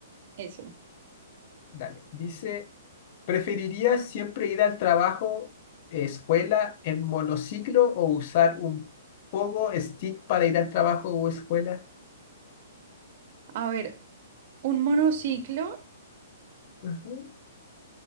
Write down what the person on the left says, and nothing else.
Dale. Dice, ¿preferirías siempre ir al trabajo, eh, escuela en monociclo o usar un pogo stick para ir al trabajo o escuela?
Ujú.